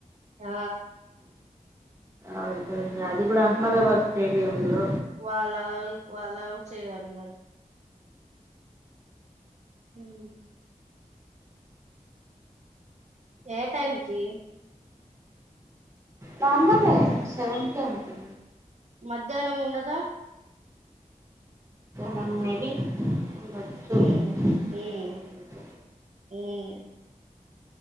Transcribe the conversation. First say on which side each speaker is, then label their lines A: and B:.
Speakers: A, on the right (about 55°); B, on the right (about 20°).
A: ఆ
B: అవు అది గుడా అహ్మదాబాద్ స్టేడియంలో
A: వాళ్ళ వాళ్ళవ్ చేయ్యాలి మరి ఉమ్ ఏ టైంకీ
B: నార్మలే సేవన్కే ఉంది
A: మధ్యాహ్నముండద
B: నం మేబి ఉండొచ్చు
A: ఉమ్ ఉమ్
B: తెలీదు
A: ఊమ్